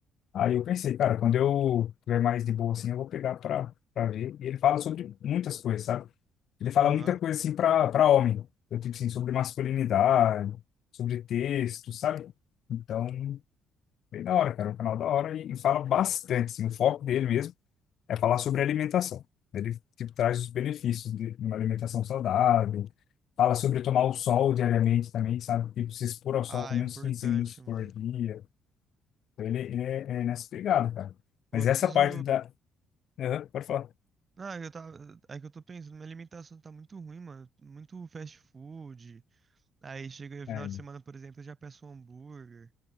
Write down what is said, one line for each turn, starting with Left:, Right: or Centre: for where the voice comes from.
Left: Aí eu pensei, cara, quando eu tiver mais de boa assim, eu vou pegar pra, pra ver. E ele fala sobre muitas coisas, sabe? Ele fala
Right: Aham.
Left: muita coisa assim para para homem, então, tipo assim, sobre masculinidade, sobre texto, sabe? Então, bem da hora, cara, é um canal da hora e, e fala bastante, assim, o foco dele mesmo é falar sobre alimentação. Ele tipo traz os benefícios de de uma alimentação saudável, fala sobre tomar o sol diariamente também, sabe? Tipo, se expor ao sol
Right: Ah,
Left: pelo
Right: é importante,
Left: menos 15 minutos
Right: mano.
Left: por dia. Então, ele, ele é, é nessa pegada, cara.
Right: Pô,
Left: Mas
Right: eu
Left: essa
Right: preciso.
Left: parte da... Aham, pode falar.
Right: Não, eu tava. É que eu tô pensando, minha alimentação tá muito ruim, mano. Muito fast food. Aí chega no final
Left: É,
Right: de semana, por exemplo, eu já peço um hambúrguer.